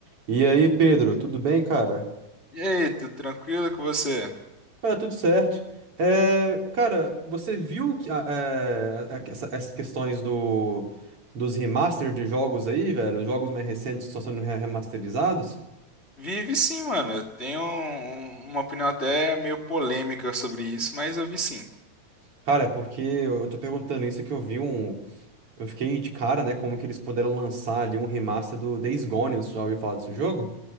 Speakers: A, on the right; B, on the left.
A: E aí, Pedro, tudo bem, cara?
B: E aí, tudo tranquilo com você?
A: Cara, tudo certo. É, cara, você viu que, a- é, a- essa- essas questões do, dos remaster de jogos aí, velho? Os jogos mais recentes estão sendo re- remasterizados?
B: Vive sim, mano. Eu tenho um- uma opinião até meio polêmica sobre isso, mas eu vi sim.
A: Cara, é porque eu tô perguntando isso que eu vi um. Eu fiquei de cara, né? Como que eles puderam lançar ali um remaster do Days Gone? Você já ouviu falar desse jogo?